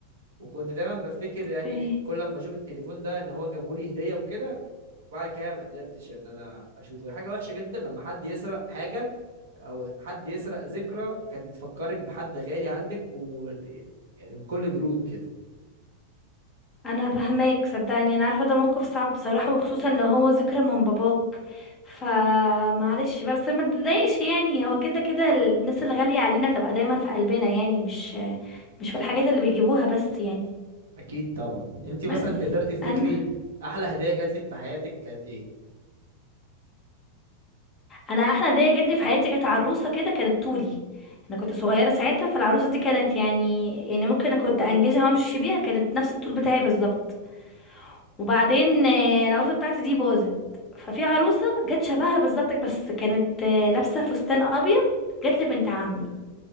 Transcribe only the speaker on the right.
وكنت دايما بفتكر
يعني كل ما اشوف التليفون ده ان هو جابهولي هدية وكده وبعد كده ما قدرتش ان انا اشوفه حاجة وحشة جدا لما حد يسرق حاجة او حد يسرق ذكرى كانت بتفكرك بحد غالي عندك و يعني بكل برود كده
اكيد طبعا انت مثلا
تقدري تفتكري
احلى هديه جات لك في حياتك كانت ايه